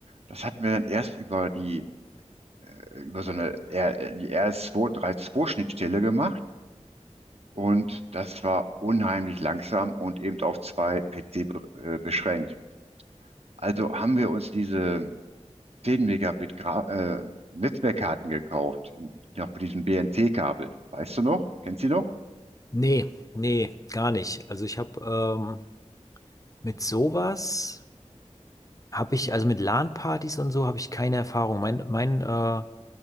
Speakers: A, on the right; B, on the left.
A: Das hatten wir dann erst über die, äh, über so eine R, äh, die RS232-Schnittstelle gemacht und das war unheimlich langsam und eben auf zwei PC be äh, beschränkt. Also haben wir uns diese 10 Megabit Gra äh, Netzwerkkarten gekauft, noch mit diesem BNC-Kabel. Weißt du noch? Kennst du die noch?
B: Nee, nee, gar nicht. Also ich habe ähm, mit sowas, habe ich, also mit LAN-Partys und so, habe ich keine Erfahrung. Mein, mein, äh,